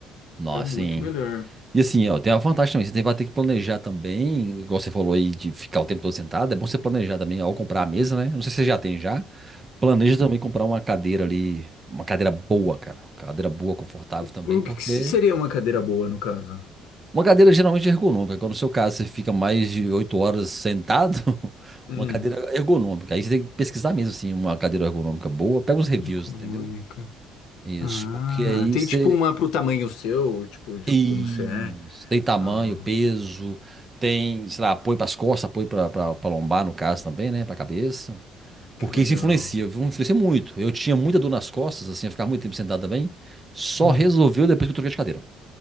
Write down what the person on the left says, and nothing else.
É
muito melhor.
O
que que seria uma cadeira boa, no caso?
Hum,
econômica.
Ah,
tem
tipo uma pro tamanho seu, tipo, de
como você é.
Ah,
que
legal.
Hum,